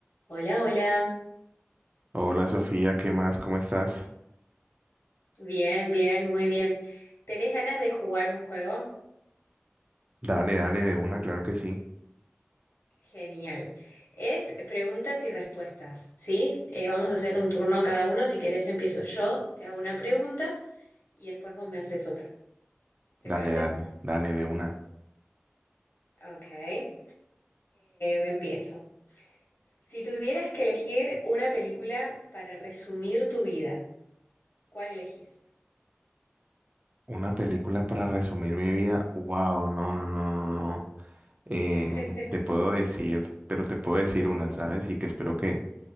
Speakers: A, on the left; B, on the right.
A: Hola, hola.
B: Hola Sofía, ¿qué más? ¿Cómo estás?
A: Bien, bien, muy bien. ¿Tenés ganas de jugar un juego?
B: Dale, dale de una, claro que sí.
A: Genial. Es preguntas y respuestas, ¿sí? Eh, vamos a hacer un turno cada uno. Si querés empiezo yo, te hago una pregunta y después vos me haces otra. ¿Te
B: Dale,
A: parece?
B: dale, dale de una.
A: Ok. Eh, empiezo. Si tuvieras que elegir una película para resumir tu vida, ¿cuál elegís?
B: Una película para resumir mi vida. Wow, no, no, no, no, no. Eh,
A: <laughs>
B: te puedo decir, pero te puedo decir una, ¿sabes? Y que espero que